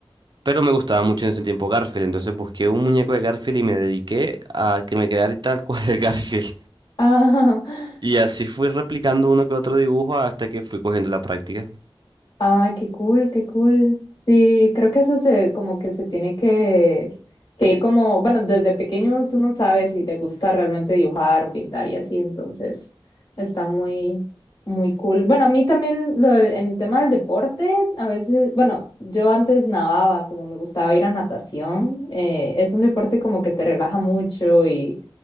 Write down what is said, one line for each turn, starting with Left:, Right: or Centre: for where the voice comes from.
Right: Pero me gustaba mucho en ese tiempo Garfield, entonces busqué un muñeco de Garfield y me dediqué a que me quedara tal cual el <laughs> Garfield.
Left: Ah, <laughs>
Right: Y así fui replicando uno que otro dibujo hasta que fui cogiendo la práctica.
Left: Ah, qué cool, qué cool. Sí, creo que eso se como que se tiene que, que ir como, bueno, desde pequeños uno sabe si le gusta realmente dibujar o pintar y así, entonces está muy, muy cool. Bueno, a mí también lo del- en el tema del deporte, a veces, bueno, yo antes nadaba, como me gustaba ir a natación, eh, es un deporte como que te relaja mucho y,